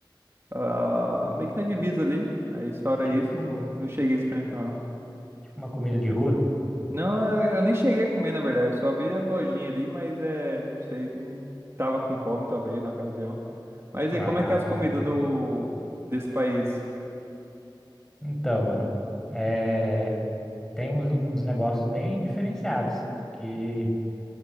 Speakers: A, on the right; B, in the centre.
A: ah, meio que na divisa ali, aí fora
B: Tipo,
A: isso, não, não cheguei a experimentar não.
B: tipo uma comida de rua?
A: Não, eh, eu nem cheguei a comer na verdade, só vi a lojinha ali, mas é, não sei, não tava com fome talvez na ocasião. Mas
B: Ah,
A: e como é que é as comidas
B: sim.
A: do, desse país?
B: Então, mano, é, tem uns, uns negócios bem diferenciados que